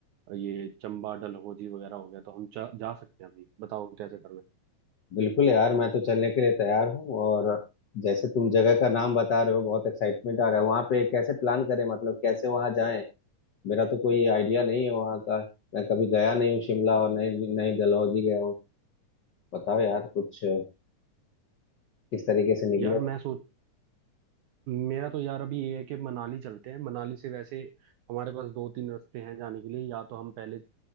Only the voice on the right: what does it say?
ये चंबा डलहौजी वगैरह हो गया तो हम जा, जा सकते हैं भाई बताओ कैसे करना है
यार
मैं सोच मेरा तो यार अभी ये है कि मनाली चलते हैं मनाली से वैसे हमारे पास दो तीन रास्ते हैं जाने के लिए या तो हम पहले